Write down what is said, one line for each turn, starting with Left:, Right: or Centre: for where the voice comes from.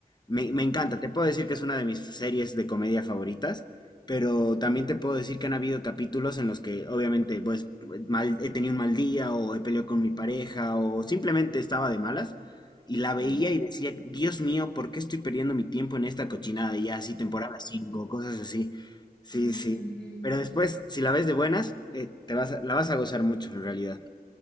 Left: Me,
Centre: Uf,
Left: me encanta, te puedo decir que es una de mis series de comedia favoritas, pero también te puedo decir que han habido capítulos en los que obviamente pues mal, he tenido un mal día o he peleado con mi pareja o simplemente estaba de malas y la
Centre: sí,
Left: veía y decía, Dios mío, ¿por qué estoy perdiendo mi tiempo en esta cochinada? Y ya así, temporada 5 cosas así. Sí,
Centre: ay,
Left: sí.
Centre: entiendo.
Left: Pero después, si la ves de buenas, eh, te vas a- la vas a gozar mucho en realidad.